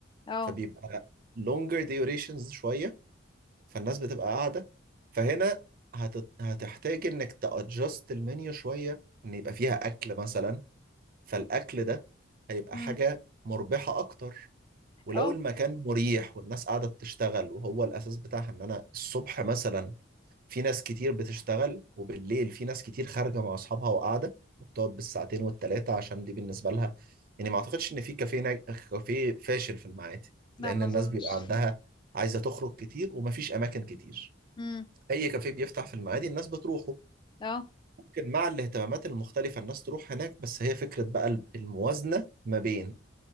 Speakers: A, on the left; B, on the right.
A: اه
B: فبيبقى longer durations شوية فالناس بتبقى قاعدة فهنا هت... هتحتاج إنك تأجست المنيو شوية إن يبقى فيها أكل مثلا فالاكل ده هيبقى
A: امم
B: حاجه مربحه اكتر ولو
A: اه
B: المكان مريح والناس قاعده بتشتغل وهو الاساس بتاعها ان انا الصبح مثلا في ناس كتير بتشتغل وبالليل في ناس كتير خارجه مع اصحابها وقاعده وبتقعد بالساعتين والتلاته عشان دي بالنسبه لها يعني ما اعتقدش ان في كافيه ناج... كافيه فاشل في المعادي لان
A: لا ما
B: الناس
A: أظنش
B: بيبقى عندها عايزه تخرج كتير ومفيش اماكن كتير
A: امم
B: اي كافيه بيفتح في المعادي الناس بتروحه
A: اه
B: ممكن مع الاهتمامات المختلفة الناس تروح هناك بس هي فكرة بقى الموازنة ما بين